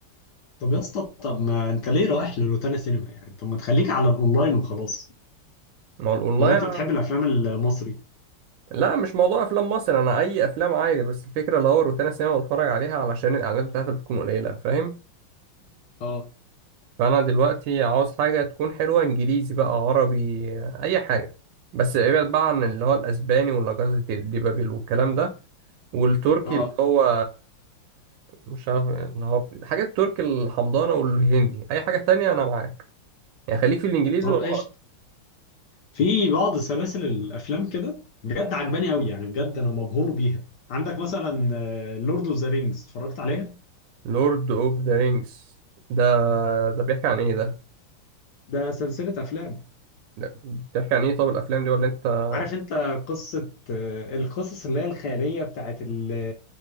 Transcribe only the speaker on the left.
طب يا اسطى طب ما انت ليه رايح لروتانا سينما يعني طب ما تخليك على الاونلاين وخلاص
ولا انت بتحب الافلام المصري
اه
اه
طب
قشطة في بعض سلاسل الافلام كده بجد عجباني قوي يعني بجد انا مبهور بيها عندك مثلا لورد اوف ذا رينجز اتفرجت عليها
ده سلسلة أفلام
عارف انت قصة آه، القصص اللي هي الخيالية بتاعت ال